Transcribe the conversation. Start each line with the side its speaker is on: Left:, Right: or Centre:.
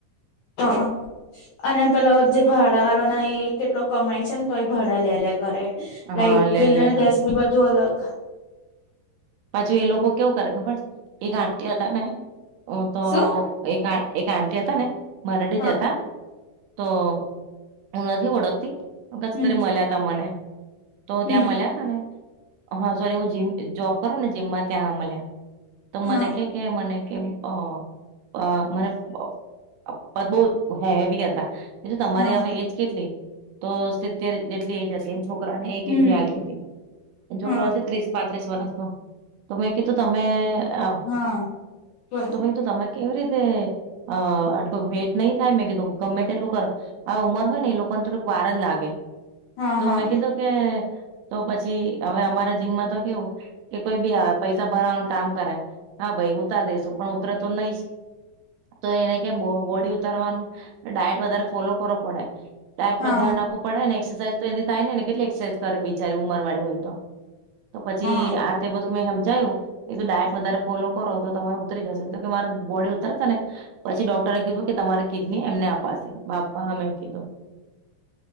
Left: તો અને પેલો જે ભાડા વાળો ના એ કેટલો કમાય છે ને તો એ ભાડા લે લે કરે. લાઈટ
Right: હા લે
Left: બિલ
Right: લે
Left: ને,
Right: કરે
Left: ગેસ બીલ બધું અલગ
Right: પાછુ એ લોકો કેવું કરે ખબર છે એક આંટી હતા ને તો
Left: શું
Right: એક એક આંટી હતા ને મરાઠી
Left: હા
Right: જ હતા તો હું નથી ઓળખતી પછી
Left: હમ
Right: ત્યારે મલ્યા તા મને તો ત્યાં
Left: હમ
Right: મલ્યા તા ને હા સોરી હું જીમ, જોબ કરું ને જીમમાં ત્યાં મલ્યા તો
Left: હા
Right: મને કે કે મને કેમ અ અ મને બ પદબો હેવી હતા મેં કીધું તમારે
Left: હા
Right: હવે એજ કેટલી? તો સિત્તેર જેટલી એજ હશે. છોકરાને એક
Left: હમ
Right: કિડની હાલતી હતી, છોકરો
Left: હા
Right: હસે ત્રીસ-પાંત્રીસ વરષનો. તો મે કીધું તમે અ
Left: હા બોલો
Right: તો મે કીધું તમે કેવી રીતે અ આટલું વેટ નય થાય મેં કીધું ગમે તેટલું કર આ ઉંમર હોય ને એ લોકો ને થોડુંક વાર જ લાગે.
Left: હા
Right: તો
Left: હા
Right: મેં કીધું કે તો પછી અવે અમારા જીમમાં તો કેવું કે કોઈ બી આવે પૈસા ભરાવાનું કામ કરે, હા ભાઈ ઉતાર દેસુ પણ ઉતરે તો લયસ. તો એને કેમ બો બોડી ઉતારવાનું ડાયટ વધારે ફોલો કરવો પડે. ડાયટ
Left: હા
Right: પર ધ્યાન
Left: હા
Right: રાખવું પડે ને એક્સરસાઇઝ તો એનથી થાય ની ને કેટલી એક્સરસાઇઝ કરે બિચારી ઉંમરવાળી હોય તો. તો પછી
Left: હા
Right: આ તે બધું મેં હમજાયવુ મેં કીધું ડાયટ વધારે ફોલો કરો તો તમારું ઉતરી જશે તો કે મારે બોડી ઉતરશે ને પછી ડોક્ટરે કીધું કે તમારી કિડની એમને અપાશે, બાપ મેં કીધું,